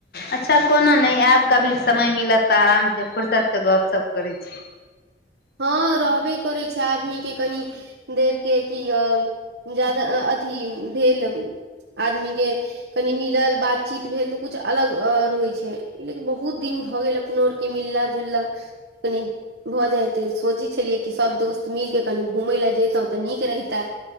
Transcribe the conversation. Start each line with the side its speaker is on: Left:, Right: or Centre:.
Left: अच्छा कोनो नहि आयब कभी समय मिलत तऽ आराम से फर्सत से गप सप करै छी
Right: <inaudible> हँ रहबे करैत छै आदमीके कनि देरके क अ जादा अथी भेल आदमी के कनि मिलल बातचीत भेल तऽ कुछ अलग रहै छै लेकिन बहुत दिन भ गेल अपनो आर के मिलला जुलला कनि भऽ जाय तऽ सोचै छलियै कि सभ दोस्त मिलि कऽ कनि घूमय लए जैतहुँ तऽ नीक रहिते